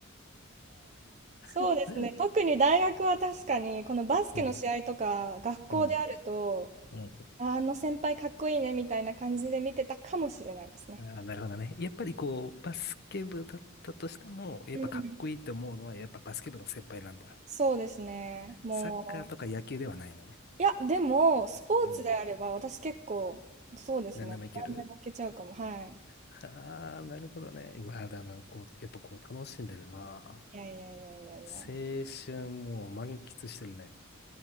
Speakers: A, on the right; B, on the left.
A: そうですね。
B: <laughs>
A: 特に大学は確かに、このバスケの試合とか、
B: うん、
A: 学校であると、
B: うん、うん。
A: ああの先輩かっこいいねみたいな感じで見てたかもしれないですね。
B: あー、なるほどね。やっぱりこう、バスケ部だったとしても、やっぱかっこいいと思うのは、
A: うん
B: やっぱバスケ部の先輩なんだ。
A: そうですね。もう、
B: サッカーとか野球ではないのね。
A: いや、でも、スポーツであれば、
B: うん。
A: 私結構、そうですね。
B: 何でもいける。
A: 何でもいけちゃうかも。はい。
B: ああ、なるほどね。うわ、だからこう、やっぱこう、楽しんでるな。
A: いやいやいやいやいや。
B: 青春もう満喫してるね。